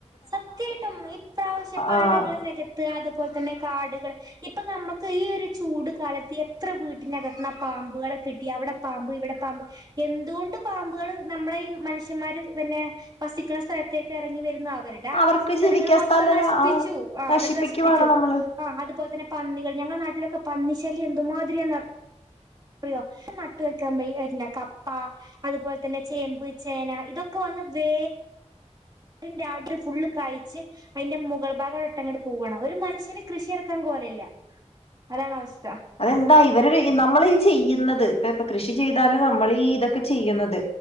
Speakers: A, on the right; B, on the left.
A: സത്യായിട്ടും ഇപ്രാവശ്യം പാടങ്ങൾ
B: ആഹ്
A: നെകത്താ അത് പോലെ തന്നെ കാട്കൾ ഇപ്പം നമ്മക്ക് ഈ ഒരു ചൂട് കാലത്ത് എത്ര വീട്ടിൻ അകത്ത്ന്നാ പാമ്പുകളെ കിട്ടി അവിടെ പാമ്പ് ഇവിടെ പാമ്പ് എന്തുകൊണ്ട് പാമ്പുകൾ നമ്മളെ ഈ മനുഷ്യന്മാർ പിന്നെ വസിക്ക്‌ണ് സ്ഥലത്തേക്ക് എറങ്ങി വര്ന്നാ ടെ ആവാസ
B: അവർക്ക്
A: സ്ഥലങ്ങൾ
B: ജീവിക്കാൻ
A: മൊത്തം
B: സ്ഥലല്ല
A: നശിപ്പിച്ചു
B: ആഹ്
A: ആ
B: നശിപ്പിക്കുവാണ്
A: അവരെ നശിപ്പിച്ചു
B: നമ്മള്
A: ആ അതുപോലെ തന്നെ പന്നികൾ ഞങ്ങളെ നാട്ടിലൊക്കെ പന്നി ശല്യം എന്ത്മാതിരിയാന്ന് അറിയോ ക്ഷം നട്ട് വെക്കാൻ വെയ്യ <unintelligible> ക പ്പ അതുപോലെ തന്നെ ചേമ്പ് ചേന ഇതൊക്കെ വന്ന് വേ രിന്റെ അടി ഫുള്ള് കയ്ച്ച് അതിന്റെ മുകൾ ഭാഗം അവിടെ ഇട്ട്ങ്ങട്ട് പോവാണ് ഒരു മനുഷ്യന് കൃഷി ഇറക്കാൻ കോല ഇല്ല അതാണ് അവസ്
B: അതെന്തായി ഇവര് നമ്മൾ ഈ ചെയ്യ്ന്നത് ഇപ്പം കൃഷി ചെയ്താലും നമ്മളി ഈ ഇതൊക്ക ചെയ്യ്ന്നത്